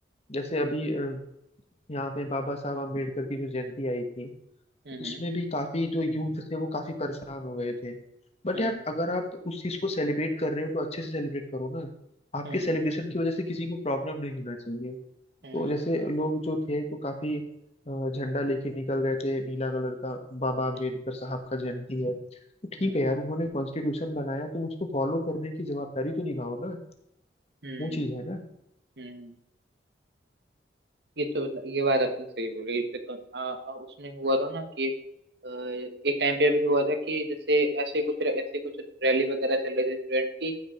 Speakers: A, on the left; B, on the right.
A: जैसे अभी अ, यहाँ पे बाबा साहब अम्बेडकर की जो जयंती आई थी
B: हम्म
A: तो उसमें भी काफी जो यूथ थे वो काफी परेशान हो गए थे बट
B: हम्म
A: यार अगर आप उस चीज को सेलिब्रेट कर रहे हो तो अच्छे से सेलिब्रेट करो ना आपके
B: हम्म
A: सेलिब्रेशन की वजह से किसी को प्रॉब्लम नहीं होना चाहिए
B: हम्म
A: तो जैसे लोग जो थे तो काफी अ, झंडा लेके निकल गए थे नीला कलर का बाबा अम्बेडकर
B: हम्म
A: साहब का जयंती है तो ठीक
B: हम्म हम्म
A: है यार उन्होंने कॉन्स्टिट्यूशन बनाया तो उसको फॉलो करने की जवाबदारी तो निभाओ ना
B: हम्म
A: वो चीज है ना
B: हम्म ये तो ये बात आपने सही बोली इस पे कन- आ, आ, उसमें हुआ था ना कि अ, एक टाइम पे अभी हुआ था कि जैसे ऐसे कुछ ऐसे कुछ रैली वगैरह चल रही थी स्टूडेंट की